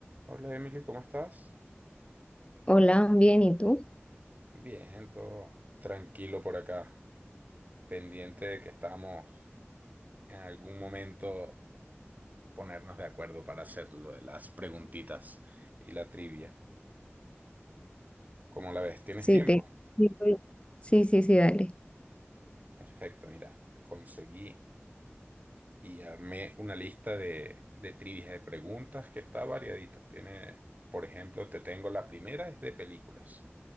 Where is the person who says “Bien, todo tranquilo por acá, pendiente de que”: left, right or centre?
Right